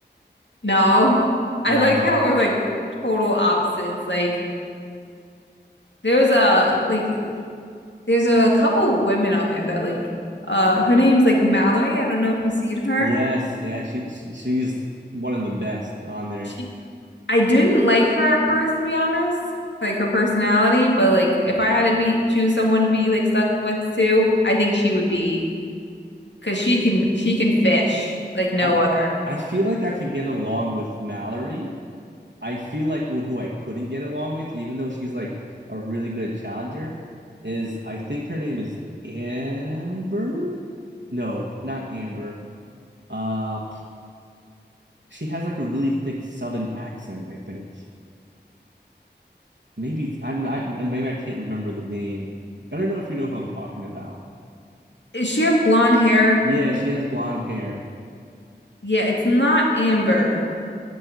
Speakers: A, on the left (about 80°); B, on the right (about 80°).
A: no. <laughs> I
B: No.
A: like how we're like total opposites. Like there was a like there's a couple women on there that like uh her name's like Mallory. I don't know if you've seen her.
B: Yes, yeah, she, she she's one of the best on there.
A: She I didn't like her at first, to be honest. Like her personality, but like if I had to be choose someone to be like stuck with too, I think she would be because she can she can fish like no
B: I
A: other.
B: I feel like I could get along with Mallory I feel like who who I couldn't get along with, even though she's like a really good challenger, is I think her name is Amber. No, not Amber. Uh, she has like a really thick Southern accent. I think maybe it's, I'm not. Maybe I can't remember the name. I don't know if you know who I'm talking about.
A: Does she have blonde hair?
B: Yeah, she has blonde hair.
A: Yeah, it's not Amber.